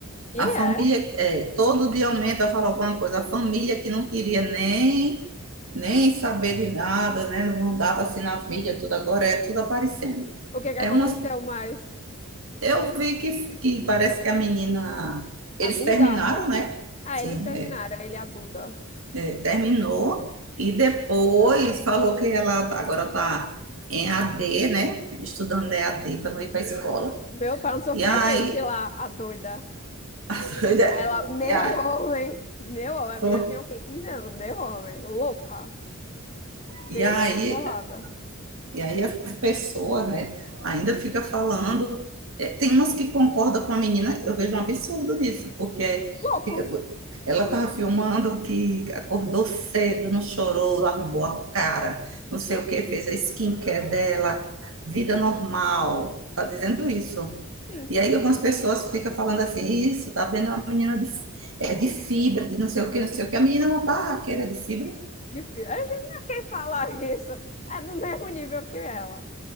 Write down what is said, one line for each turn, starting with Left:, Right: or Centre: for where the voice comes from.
Left: E
Right: A família,
Left: é.
Right: é, todo dia aumenta, fala alguma coisa. A família que não queria nem, nem saber de nada, né? Não dava assim nas mídias, tudo agora é tudo aparecendo.
Left: O que que
Right: É
Left: aconteceu
Right: umas,
Left: mais?
Right: eu vi que, que parece que a menina, eles
Left: A Duda?
Right: terminaram, né?
Left: Ah,
Right: Sim,
Left: eles terminaram,
Right: é,
Left: ele e a Duda.
Right: é, terminou e depois falou que ela tá- agora tá em AD, né? Estudando E a D para não ir para a escola.
Left: Meu, pra não sofrer
Right: E aí,
Left: hate lá, a doida.
Right: <laughs> a doida,
Left: Aí ela, meu
Right: e aí,
Left: homem, meu homem,
Right: foi.
Left: a menina tem o quê? quinze anos, meu homem, louca,
Right: E
Left: descontrolada.
Right: aí E aí as pessoas, né, ainda fica falando. É, tem umas que concordam com a menina, eu vejo um absurdo nisso, porque
Left: Loucos,
Right: fica, ela estava filmando que acordou cedo, não chorou, arrumou a cara, não sei o que, fez a skincare dela, vida normal.
Left: sim,
Right: Tá dizendo isso.
Left: sim,
Right: E aí algumas pessoas ficam falando assim, isso, tá vendo? É uma menina de, é de fibra, de não sei o que, não sei o que. A menina é uma barraqueira de fibra.
Left: de filme. A gente não quer falar <laughs> isso, é do mesmo nível que ela.